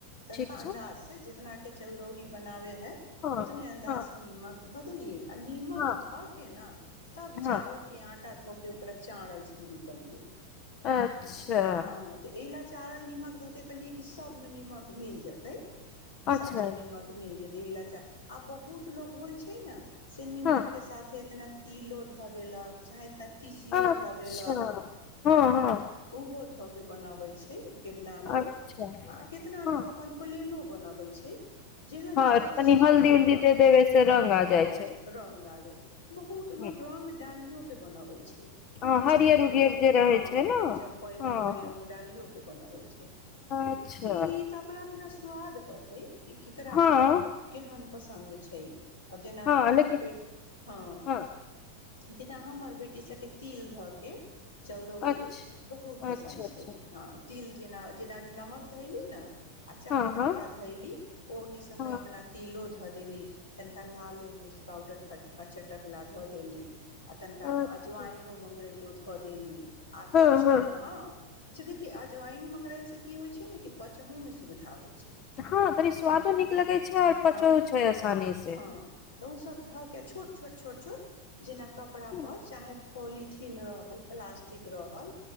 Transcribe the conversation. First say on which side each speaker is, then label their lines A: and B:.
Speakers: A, on the left; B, on the left.
A: तनका
B: ठीक छै
A: अन्दाज से जितना के चौरौरी बनाबे है
B: हँ
A: उतने अन्दाज
B: हँ
A: से नीमक धऽ देलियै आ नीमक
B: हँ
A: धऽ के न तब चाउरके
B: हँ
A: आटा धऽ प <unintelligible> चाड़ल शुरू कलिअइ
B: अच्छा
A: हँअ् तऽ इ ला चारल नीमक धऽके कलियै कि सबमे नीमक मिल जतै
B: अच्छा
A: सब में
B: अच्छा
A: नीमक मिल जेतै एला अच् आ बहुत लोग होइ छैइ ना से नीमक
B: हँ
A: के साथे एतना तिलो धऽ देलक चाहे एतना इहो
B: अच्छा
A: धऽ देलक
B: हँ हँ
A: उहो धऽ के बनाबै छैइ ना केतना लोग
B: अच्छा
A: कितना लोग
B: हँ
A: अपन प्लेनो बनबै छैइ जेहन
B: हँ
A: जेकर
B: तनी
A: स्वाद
B: हल्दी उल्दी
A: रहल
B: दे देबे से रंग आ
A: हँ
B: जाइ छै
A: रंग आ जाय छैइ बहुत लोग
B: ह
A: रंग डालियो के बनबै छैइ कोनो
B: हँ हरियर
A: चम्पैइ
B: उरियर
A: रंग
B: जे रहै
A: हँ
B: छै ने
A: चम्पैइ उमपैइ
B: हँ
A: रंग
B: हँ
A: डालिइओ के बनाबै छै तऽ
B: अच्छा
A: ई तऽ अपना स्वाद पर हई की केकरा
B: हँ
A: केहन पसन्द छैइ आब जेना
B: हँ
A: हमर
B: लेकिन
A: बेट हँअ्
B: हँ
A: जेना हमर बेटी सकै तिल धऽके चरौरी
B: अच्छा
A: बहुत पसन्द
B: अच्छा अच्छा
A: छैइ हंअ् तिल जेना जेना नमक धइली न अचाउर
B: हँ हँ
A: आटा धयली ओहि समय
B: हँ
A: एतना तिलो धऽ देली तनिका लालो मिर्च पाउडर तनिका चटकला धऽ देली आ तनका
B: अच्छा
A: अजवाईन लो धऽ देली आ
B: हँ
A: तब छन
B: हँ
A: हँअ् अच्छा देखि अजवइन मंगरेल से की होइ छै ने कि पचहु मे सुविधा होइ छै
B: हँ तनी स्वादो नीक लगैत छै ओर पचो
A: हँ
B: छै आसानी से
A: हँ तऽ ओसभ ध क छोट छोट छोट छोट जेना कपड़ा
B: हूँ,
A: पर चाहे पोलिथिन रहल प्लास्टिक रहल